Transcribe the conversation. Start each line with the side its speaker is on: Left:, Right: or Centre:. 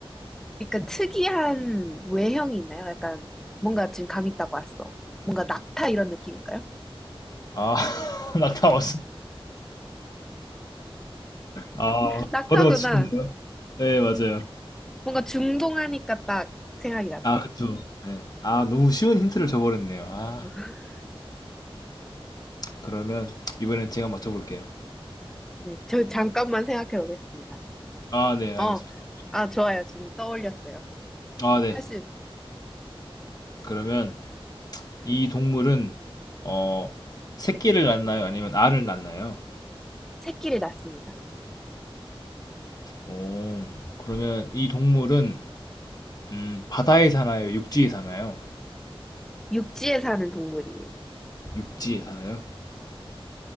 Centre: 약간 특이한 외형이 있나요? 약간 뭔가 지금 감 있다고 왔어. 뭔가 낙타 이런 느낌인가요?
Left: 아, <laughs> 낙타 왔어. 아,
Centre: 낙타구나.
Left: 바로 맞추셨네요. 네, 맞아요.
Centre: 뭔가 중동하니까 딱 생각이 났어요.
Left: 아, 그쵸. 네. 아, 너무 쉬운 힌트를 줘버렸네요. 아,
Centre: <laughs>
Left: 그러면 이번엔 제가 맞춰볼게요.
Centre: 네, 저 잠깐만 생각해 보겠습니다.
Left: 아, 네, 알겠습니다.
Centre: 어, 아, 좋아요. 지금 떠올렸어요.
Left: 아, 네.
Centre: 사실
Left: 그러면 이 동물은 어, 새끼를 낳나요? 아니면 알을 낳나요?
Centre: 새끼를 낳습니다.
Left: 오, 그러면 이 동물은 음, 바다에 사나요? 육지에 사나요?
Centre: 육지에 사는 동물이에요.
Left: 육지에 살아요.